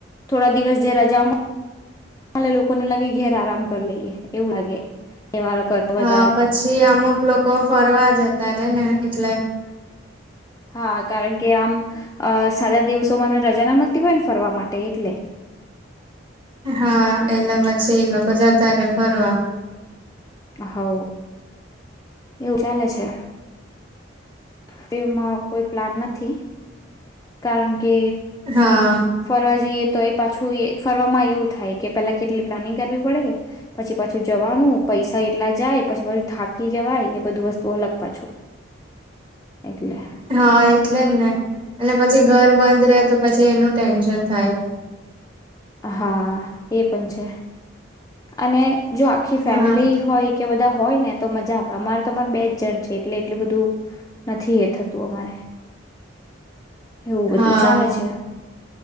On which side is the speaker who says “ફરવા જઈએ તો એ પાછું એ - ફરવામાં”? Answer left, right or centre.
Left